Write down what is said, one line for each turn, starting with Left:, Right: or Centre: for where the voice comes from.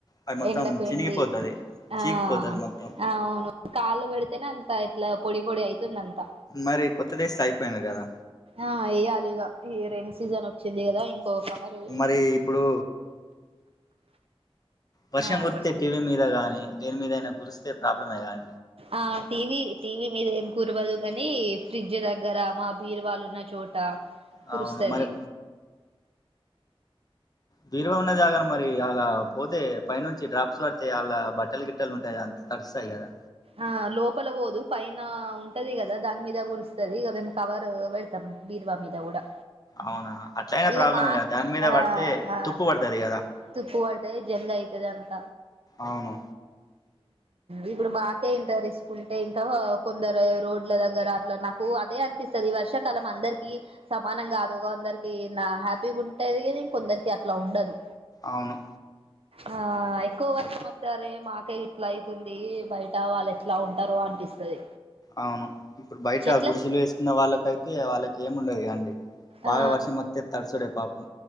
Left: అది మొత్తం
Right: ఎండకు
Left: చినిగిపోతది
Right: ఎండి అ
Left: చీకిపోతది మొత్తం
Right: అవును కాళ్ళు పెడితేనే అంత ఇట్లా పొడి పొడి అయితుంది అంతా
Left: మరి కొత్త దేశ్తె అయిపోయింది కదా.
Right: ఆ వేయ్యాలిగా ఈ రెన్ సీజన్ వచ్చింది కదా ఇంకో కవరు.
Left: మరి ఇప్పుడు వర్షం
Right: ఆ
Left: గురిత్తె టీవీ మీద కాని దేని మీదయినా గురిస్తే ప్రాబ్లమే కాగానీ.
Right: ఆ టివి. టీవీ మీద ఏం కురవదు కాని ఫ్రిడ్జ్ దగ్గర మా బీరు వాళ్ళు ఉన్న చోట.
Left: అ
Right: కురుస్తది
Left: అవును మరే. బీరువ ఉన్న జాగల మరి అలా పోతే పై నుంచి డ్రాప్స్ పడితే అళ బట్టలు గిట్టలు ఉంటాయి అంత. తడుస్తాయి కదా.
Right: ఆ లోపల పోదు పైన ఉంటది కదా దాని మీద కురుస్తది ఇక మేము కవర్ పెడతాం. బీర్వా మీద కూడా.
Left: అవునా అట్లయినా
Right: ఇక
Left: ప్రాబ్లమే
Right: మా
Left: కదా దాని మీద
Right: ఆ
Left: పడితే
Right: ఆ
Left: తుప్పు పడుతది కదా.
Right: తుప్పు పడతది జంగ్ అయితది అంత.
Left: అవును.
Right: ఇప్పుడు బద్. కే ఇంటరిసుకుంటే ఇంకా కొందరు రోడ్ల దగ్గర అట్లా నాకు అదే అనిపిస్తు. స్తది ఈ వర్షాకాలం అందరికిీ. సమానంగా కదు కొందరికి నా హ్యాపీగా ఉంటది ఇంకొందరికి అట్లా ఉండదు.
Left: అవును.
Right: ఆ ఎక్కువ వర్షం వస్తానే మాకే ఇట్లా అయితుంది బయట. వాళ్ళు ఎట్లా ఉంటారు అనిపిస్తది.
Left: అవును ఇప్పుడు బయట
Right: చెట్లకి
Left: గుడిశలు వేసుకున్న వాళ్ళకైతే వాళ్ళకి ఏమి ఉండదు కాండి. బాగ
Right: ఆ
Left: వర్షం వస్తే తడుచుడే పాపం.